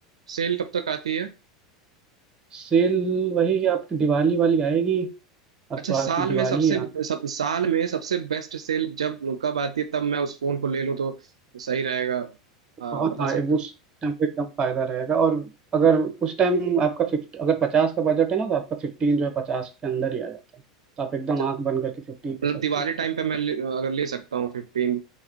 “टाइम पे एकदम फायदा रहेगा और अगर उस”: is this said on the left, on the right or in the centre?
Right